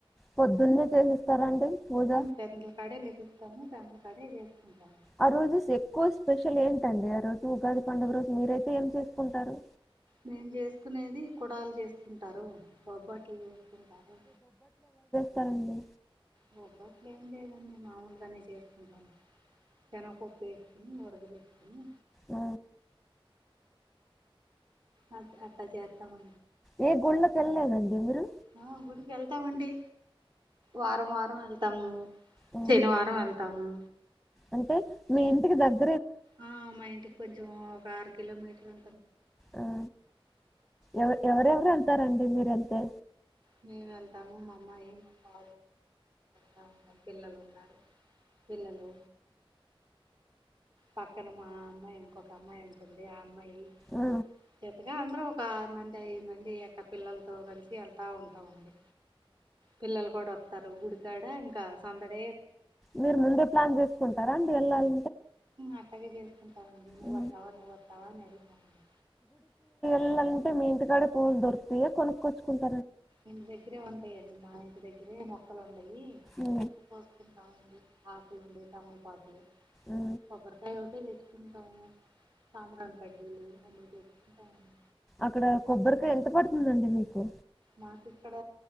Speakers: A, in the centre; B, on the right.
A: పొద్దున్నే చేసిస్తారండి పూజ
B: పెద్దల కడే లెగుస్తాము పెండల కడే చేస్తుకుంటాము
A: ఆ రోజుస్ ఎక్కువ స్పెషల్ ఏంటండి ఆ రోజు ఉగాది పండుగ రోజు మీరైతే ఏం చేసుకుంటారు
B: మేము చేసుకునేది కుడలు చేసుకుంటారు బబ్బాటిటీ వ వస్తంంటారు
A: సరండి
B: బొబ్బట్లు ఏం లేదండి మాముూలుగానే చేసుకుంటాం జనపప్పు వేసుకుని ఉడగ వేసుకుని
A: అ
B: అ అట్టజ అత్త మ
A: ఏ గుళ్ళకి వెళ్ళలేదండి మీరు
B: ఆ గుడికి వెళ్తామండి వారం వారం వెళ్తాము
A: ఆ.
B: శనివారం వెళ్తాము
A: అంటే మీ ఇంటికి దగ్గ
B: ఆ మా ఇంటికి కొంచెం ఒక ఆరు కిలోమీటర్ ఉ
A: ఆ ఎవ ఎవరెవరు వెళ్తారండి మీరు వెళ్తే
B: మే వెళ్తాము మా అమ్మాయి మా పా తా ఉంటాం పిల్లలు ఉన్నారు పిల్లలు పక్కన మా అమ్మాయి ఇంకొక అమ్మాయి ఉంటుంది అమ్మాయి
A: ఆ.
B: చెత్తగా అందరు ఒక మంది ఐదు మంది అక్కడ పిల్లలతో కలిసి వెళ్తా ఉంటావుండి పిల్లలు కూడా వస్తారు గుడికాడ ఇంకా సందడ
A: మీరు ముందే ప్లాన్ చేసుకుంటారా అండి వెళ్ళాలి
B: అలాగే చేసుకుంటావండి నువ్
A: ఆ.
B: వస్తావా నువ్వు వస్తావా అని అడుగుతావండి
A: పిల్లంటే మీ ఇంటికాడి పూలు దొరికుతయా కొనుక్కొచ్చుకుంట
B: ఇంటి దగ్గరే ఉంటాయిడి మా ఇంటి దగ్గరే మొక్కలు ఉండయి
A: ఆ.
B: పోసుంటావుండి ఆకులుండి తమలపాకులు
A: ఆ.
B: కొబ్బరికాయ్ ఒకటే తెచు ఇంకా సాంబ్రాణి కడ్డీలు అన్నీ తెచ్చుకుంటాము
A: అక్కడ కొబ్బరికాయ ఎంత పడుతుందండి మీకు
B: మాకు ఇక్కడ